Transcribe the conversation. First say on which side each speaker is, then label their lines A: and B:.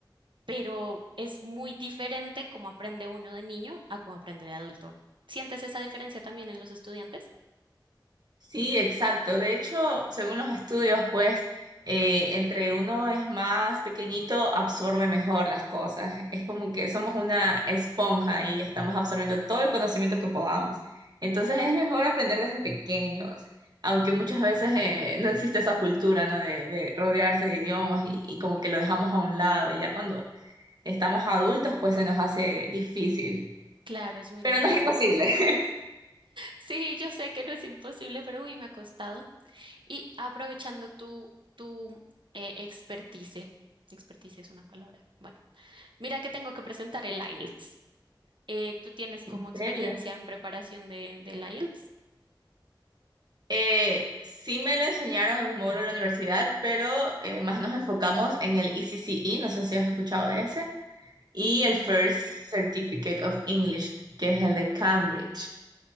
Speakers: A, on the right; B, on the right.
A: pero es muy diferente cómo aprende uno de niño a cómo aprende de adulto. ¿Sientes esa diferencia también en los estudiantes?
B: Sí, exacto. De hecho, según los estudios, pues eh, entre uno es más pequeñito, absorbe mejor las cosas. Es como que somos una esponja y estamos absorbiendo todo el conocimiento que podamos. Entonces es mejor aprender desde pequeños, aunque muchas veces eh, no existe esa cultura, ¿no? De, de rodearse de idiomas y, y como que lo dejamos a un lado. Y ya cuando estamos adultos, pues se nos hace difícil.
A: Claro, es muy
B: Pero
A: difícil.
B: no es imposible. <laughs>
A: Sí, yo sé que no es imposible, pero uy, me ha costado. Y aprovechando tu, tu eh, expertise, expertise es una palabra. Bueno, mira que tengo que presentar el IELTS. Eh, ¿tú tienes como
B: En
A: experiencia
B: serio.
A: en preparación de, del IELTS?
B: Eh, sí me lo enseñaron en un módulo de la universidad, pero eh, más nos enfocamos en el ECCE, no sé si has escuchado de ese, y
A: No,
B: el First Certificate of English, que es el de Cambridge.